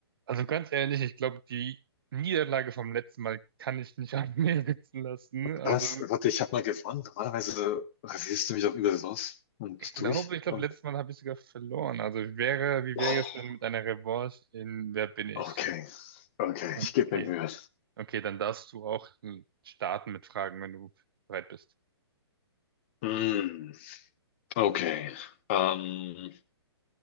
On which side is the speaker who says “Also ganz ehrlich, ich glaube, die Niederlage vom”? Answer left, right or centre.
Right